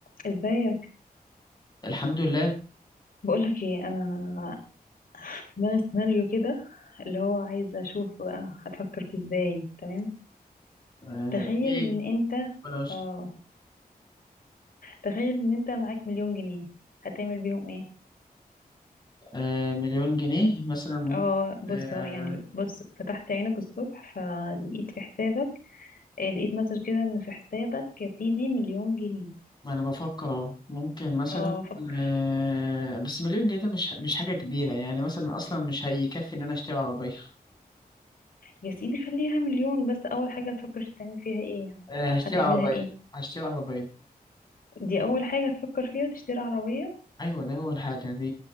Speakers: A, on the left; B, on the left.
A: ازيك
B: الحمد لله
A: بقولك ايه انا في دماغي سيناريو كده اللي هو عايزه اشوف بقى هتفكر فيه ازاي تمام
B: آه،
A: تخيل
B: قليل
A: ان انت
B: ربنا يستر
A: اه تخيل ان انت معاك مليون جنيه هتعمل بيهم ايه
B: آه، مليون جنيه مثلا ممكن
A: اه بص
B: آه،
A: اهو يعني بص فتحت عينك الصبح فلقيت في حسابك آه، لقيت مسج كده ان في حسابك يا سيدي مليون جنيه
B: ما انا بفكر اهو ممكن مثلا
A: اه فكر
B: آه، بس مليون جنيه ده مش مش حاجة كبيرة يعني مثلا اصلا مش هيكفي ان انا اشتري عربية
A: يا سيدي خليها مليون بس اول حاجه هتفكر تعمل فيها ايه يعني
B: آه، هشتري
A: هتعملها
B: عربية
A: ايه
B: هشتري عربية
A: دي اول حاجه هتفكر فيها تشتري عربيه
B: ايوه ده اول حاجة دي